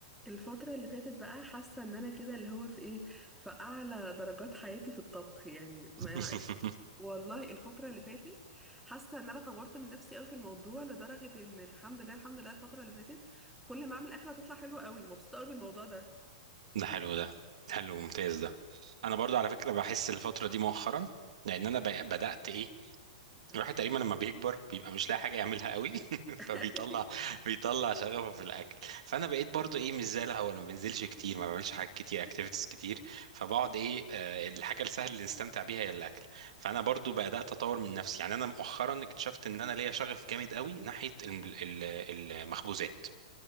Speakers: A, in the centre; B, on the right.
A: الفترة اللي فاتت بقى حاسة ان انا كده اللي هو في ايه في اعلى درجات حياتي في الطبخ يعني ما
B: <laughs>
A: والله الفترة اللي فاتت حاسة ان انا طورت من نفسي قوي في الموضوع لدرجة ان الحمد لله الحمد لله الفترة اللي فاتت كل ما اعمل اكلة تطلع حلوة قوي مبسوطة قوي بالموضوع ده
B: ده حلو ده حلو ممتاز ده انا برضو على فكره بحس الفتره دي مؤخرا لان انا ب- بدات ايه
A: آه.
B: الواحد تقريبا لما بيكبر بيبقى مش لاقي حاجه يعملها قوي <laughs> فبيطلع
A: <laughs>
B: بيطلع شغفه في الاكل فانا بقيت برضو ايه مش زي الاول ما بنزلش كتير ما بعملش حاجات كتير اكتيفيتيز كتير فبقعد ايه آه، الحاجه السهله اللي نستمتع بيها هي الاكل فانا برضو بدات اطور من نفسي يعني انا مؤخرا اكتشفت ان انا ليا شغف جامد قوي ناحيه الم- ال- المخبوزات